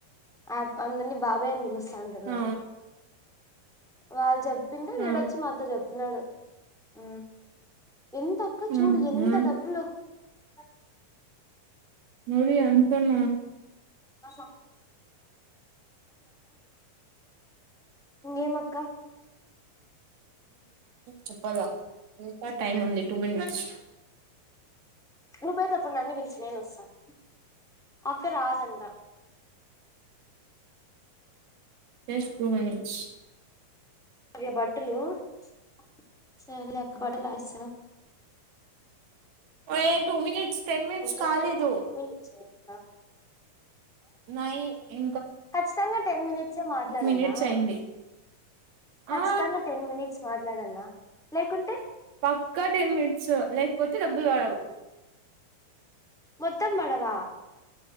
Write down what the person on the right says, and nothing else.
ఆ
ఆ
ఊహూ
మరి అంతన
చెప్పాలా ఇంకా టైమ్ ఉంది టూ మినిట్స్
జస్ట్ టూ మినిట్స్
ఏ టూ మినిట్స్ టెన్ మినిట్స్
కాలేదు
నయి ఇ
మినిట్స్ అయింది
ఆ
పక్కా టెన్ మినిట్స్ లేకపోతే డబ్బులు పడవు